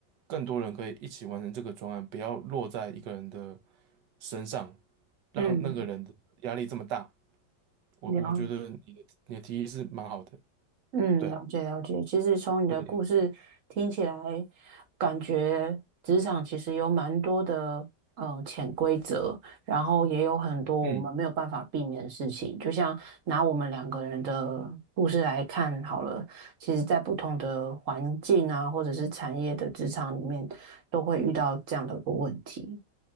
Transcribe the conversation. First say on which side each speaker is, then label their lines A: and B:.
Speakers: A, on the right; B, on the right.
A: 更多人可以一起完成这个专案，不要落在一个人的身上，让那个人的压力这么大。
B: 嗯，
A: 我我觉得你的你的提议是蛮好的，
B: 聊。嗯，
A: 对啊，
B: 了解了解。其实从你的故事听起来，
A: 对不对，
B: 感觉职场其实有蛮多的呃潜规则，然后也有很多我们没有办法避免的事情。
A: 嗯，
B: 就像拿我们两个人的故事来看好了，其实在不同的环境啊，或者是产业的职场里面，都会遇到这样的一个问题。